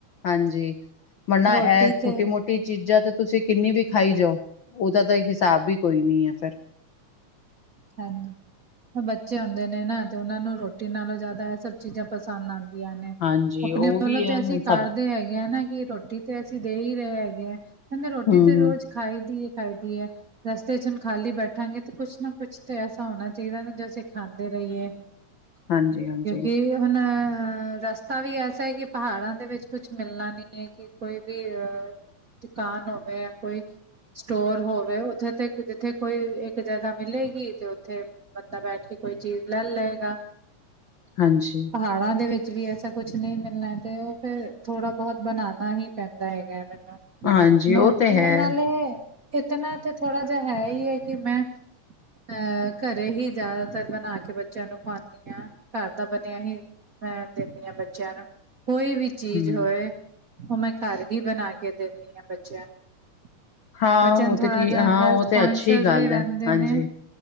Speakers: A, on the left; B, on the right.
A: ਹਾਂਜੀ, ਵਰਨਾ
B: ਰੋਟੀ
A: ਅ ਛੋਟੀ
B: ਤੇ
A: ਮੋਟੀ ਚੀਜ਼ਾਂ ਤੇ ਤੁਸੀਂ ਕਿੰਨੀ ਵੀ ਖਾਈ ਜਾਔ, ਔਦਾ ਤਾਂ ਹਿਸਾਬ ਵੀ ਕੋਈ ਨੀ ਅ ਫੇਰ।
B: ਹਾਂਜੀ। ਬੱਚੇ ਹੁੰਦੇ ਨੇ ਨਾ, ਤੇ ਔਨਾਂ ਨੂੰ ਰੋਟੀ ਨਾਲੋਂ ਜਾਦਾ ਏ ਸਭ ਚੀਜ਼ਾਂ ਪਸੰਦ ਆਂਦ ਨੇ।
A: ਹਾਂਜੀ,
B: ਅਪਣੇ
A: ਉਹ
B: ਵੱਲੋਂ
A: ਵੀ ਹੈ
B: ਤੇ ਅਸੀਂ
A: ਹੁਣ
B: ਕਰਦੇ
A: ਸਭ
B: ਹੈਗੇ ਅ, ਨਾ ਕਿ ਰੋਟੀ ਤੇ ਅਸੀਂ ਦੇ ਈ ਰਏ ਹੈਗੇ ਅ। ਕੈਂਦੇ ਰੋਟੀ
A: ਹੂੰ,
B: ਤੇ ਰੋਜ਼ ਖਾਈ ਦੀ ਹਏ ਖਾਈ ਦੀ ਏ ਰਸਤੇ ਚ ਹੁਣ ਖਾਲੀ ਬੈਠਾਂਗੇ ਤੇ ਕੁਛ ਨਾ ਕੁਛ ਤਾਂ ਐਸਾ ਹੋਣਾ ਚਾਈਦਾ ਨਾ ਜੋ ਅਸੀਂ ਖਾਂਦੇ ਰਹੀਏ
A: ਹਾਂਜੀ-ਹਾਂਜੀ,
B: ਕਿਉਂਕਿ ਹੁਣ ਰਸਤਾ ਵੀ ਐਸਾ ਏ ਕਿ ਪਹਾੜਾਂ ਦੇ ਵਿੱਚ ਕੁਛ ਮਿਲਣਾ ਨਹੀਂ ਏ ਕਿ ਕੋਈ ਵੀ ਅਹ ਦੁਕਾਨ ਹੋਵੇ ਜਾਂ ਕੋਈ ਸਟੋਰ ਹੋਵੇ ਉੱਥੇ ਤੇ ਜਿੱਥੇ ਕੋਈ ਇੱਕ ਜਗ੍ਹਾ ਮਿਲੇਗੀ ਤੇ ਉੱਥੇ ਬੰਦਾ ਬੈਠ ਕੇ ਕੋਈ ਚੀਜ਼ ਲੈ ਲਏਗਾ
A: ਹਾਂਜੀ,
B: ਪਹਾੜਾਂ ਦੇ ਵਿੱਚ ਵੀ ਐਸਾ ਕੁਛ ਨਹੀਂ ਮਿਲਣਾ ਤੇ ਉਹ ਫਿਰ ਥੋੜਾ ਬੋਤ ਬਣਾਣਾ ਹੀ ਪੈਂਦਾ ਹੈਗਾ ਹੈ
A: ਹਾਂਜੀ
B: ਮੈਨੂੰ
A: ਉਹ ਤੇ ਹੈ।
B: ਨਾਲੇ ਇਤਨਾ ਤਾਂ ਥੋੜਾ ਜਿਆ ਹੈ ਹੀ ਹੈ ਕਿ ਮੈਂ ਅਹ ਘਰੇ ਹੀ ਜ਼ਿਆਦਾਤਰ ਬਣਾ ਕੇ ਬੱਚਿਆਂ ਨੂੰ ਖਵਾਉਂਦੀ ਹਾਂ, ਘਰ ਦਾ ਬਣਿਆ ਹੀ ਮੈਂ ਦਿੰਦੀ ਆ ਬੱਚਿਆਂ ਨੂੰ ਕੋਈ ਵੀ ਚੀਜ਼
A: ਹੂੰ,
B: ਹੋਏ ਓ, ਮੈਂ ਘਰ ਹੀ ਬਣਾ ਕੇ ਦਿੰਦੀ ਹਾਂ ਬੱਚਿਆਂ ਨੂੰ
A: ਹਾਂ
B: ਬੱਚਿਆ
A: ਉਹ
B: ਨੂੰ ਥੋੜ੍ਹਾ
A: ਤੇ ਠੀਕ
B: ਜਾ
A: ਹਾਂ
B: ਹੈਲਥ
A: ਉਹ ਤੇ
B: ਕੋਂਨਸ਼ੀਅਸ
A: ਅੱਛੀ ਗੱਲ
B: ਵੀ ਰੈਂਦੇ
A: ਹੈ, ਹਾਂਜੀ।
B: ਨੇ।